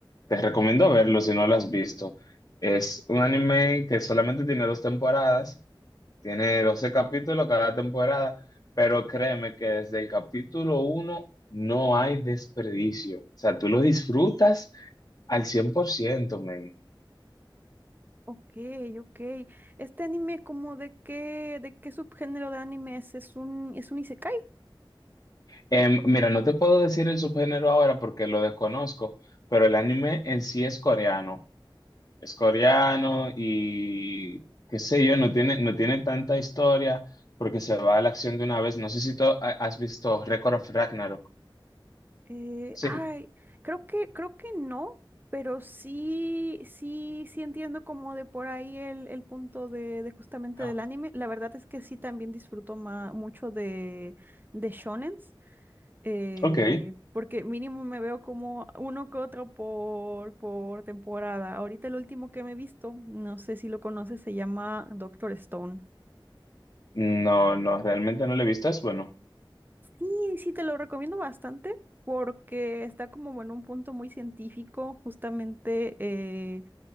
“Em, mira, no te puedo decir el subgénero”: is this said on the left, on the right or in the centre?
Left